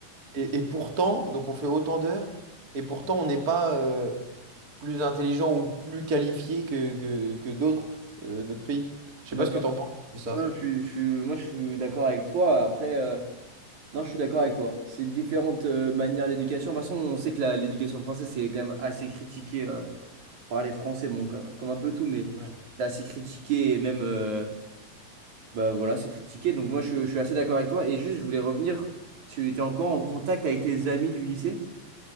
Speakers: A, on the right; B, on the right.
A: et, et pourtant, donc on fait autant d'heures, et pourtant on n'est pas euh, plus intelligent ou plus qualifié que, que, que d'autres euh, d'autres pays. Je
B: D'accord.
A: sais pas ce que tu en penses de ça.
B: Ouais, je, suis- je suis- moi, je suis d'accord avec toi. Après. euh, Non, je suis d'accord avec toi. C'est différentes euh, manières d'éducation. De toute façon, on sait que la- l'éducation française, c'est quand même assez critiqué euh, par les Français, bon, co- comme, un peu tout, mais
A: Ouais.
B: c'est assez critiqué et même, euh, bah voilà, c'est critiqué. Donc moi, je, je suis assez d'accord avec toi. Et juste, je voulais revenir, tu étais encore en contact avec tes amis du lycée?